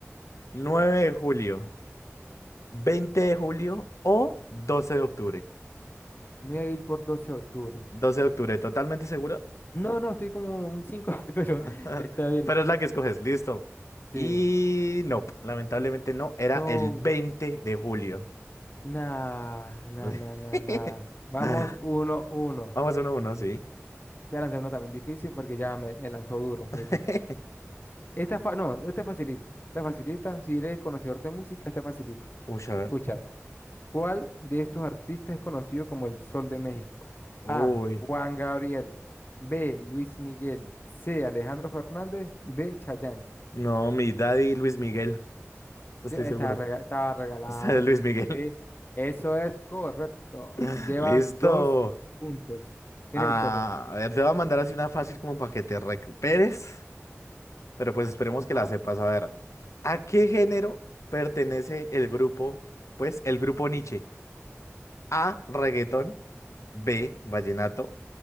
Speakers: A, on the left; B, on the left.
A: 9 de julio, 20 de julio o doce de octubre.
B: Me voy a ir por 12 de octubre.
A: doce de octubre, totalmente seguro.
B: No, no, estoy como un 5 <laughs> pero
A: <laughs>
B: está bien.
A: Pero es la que escoges, listo.
B: Sí.
A: Y no, lamentablemente no, era
B: No,
A: el 20 de julio.
B: nah, nah, nah,
A: <laughs>
B: nah, nah. Vamos, uno, uno.
A: Vamos uno a uno, sí.
B: Te voy a lanzar uno también difícil porque ya me, me lanzó duro, mire.
A: <laughs>
B: Esta, fa- no, esta facilita, esta facilita, si eres conocedor de música, esta facilita.
A: Uy, a ver.
B: Escúchala. ¿Cuál de estos artistas es conocido como el Sol de México?
A: Uy.
B: A. Juan Gabriel. B. Luis Miguel. C. Alejandro Fernández. D. Chayanne.
A: No, mi daddy Luis Miguel, estoy
B: Eh,
A: seguro.
B: Estaba, rega- estaba regalada.
A: <laughs> Usted es Luis Miguel.
B: Sí, Eso es correcto.
A: <laughs>
B: Llevas
A: Listo.
B: dos puntos. Viene
A: Ah,
B: mi turno.
A: a ver, te voy a mandar así una fácil como para que te recuperes, pero pues esperemos
B: Ajá.
A: que la sepas. A ver, ¿a qué género pertenece el grupo? Pues el grupo Niche. A, reggaetón, B, vallenato,